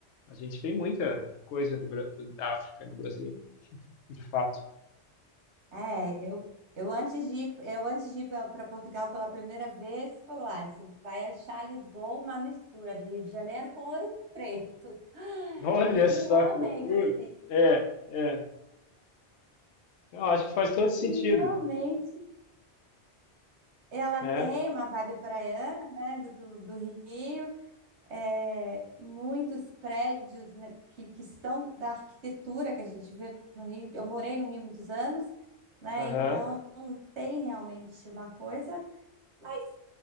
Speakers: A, on the left (about 80°); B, on the right (about 80°).
A: a gente tem muita coisa do Bra- da África no Brasil, de fato.
B: É, eu, eu antes de ir, eu antes de ir para Portugal pela primeira vez, falou: ah, você vai achar Lisboa uma mistura de Rio de Janeiro com Ouro Preto. <laughs>
A: Olha
B: E
A: só
B: realmente,
A: que loucura!
B: assim,
A: É, é. Não, acho que faz todo sentido,
B: e realmente ela
A: né?
B: tem uma vibe praiana, né, do, do do Rio. é, muitos prédios né, que, que são da arquitetura que a gente vê no Rio. Eu morei no Rio muitos anos, né?
A: Aham.
B: Então tem realmente uma coisa, mas